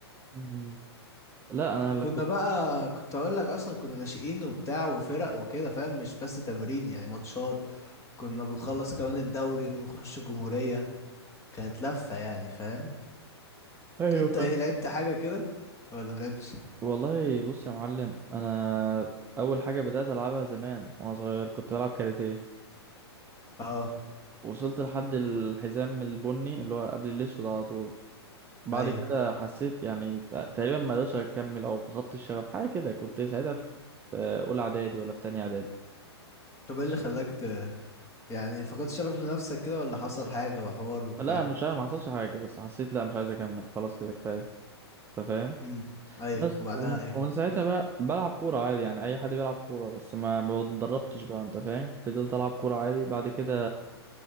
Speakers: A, on the right (about 15°); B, on the left (about 20°).
A: مم. لا انا
B: <laughs>
A: اللي
B: كنا
A: كنت
B: بقى كنت اقول لك اصلا كنا ناشئين وبتاع وفرق وكده فاهم مش بس تمرين يعني ماتشات كنا بنخلص كمان الدوري ونخش الجمهورية كانت لفة يعني فاهم
A: ايوه
B: انت
A: فاهم
B: ايه لعبت حاجة كده ولا ملعبتش
A: والله بص يا معلم انا اول حاجة بدأت العبها زمان وانا صغير كنت بلعب كاراتيه
B: اه
A: وصلت لحد الحزام البني اللي هو قبل الأسود على طول بعد
B: ايوه
A: كده حسيت يعني تق- تقريبا ما قدرتش أكمل أو فقدت الشغف حاجة كده كنت ساعتها في في أولى إعدادي ولا في تانية إعدادي
B: طب ايه اللي خلاك ت... يعني فقدت شغف لنفسك كده ولا حصل حاجة وحوار وبتاع
A: لا مش عارف ما حصلش حاجة بس حسيت لا مش عايز أكمل خلاص كده كفاية أنت فاهم
B: امم ايوه
A: بس
B: وبعدها
A: ومن,
B: ايه
A: ومن ساعتها بقى بلعب كورة عادي يعني أي حد بيلعب كورة بس ما ما اتدربتش بقى أنت فاهم فضلت ألعب كورة عادي بعد كده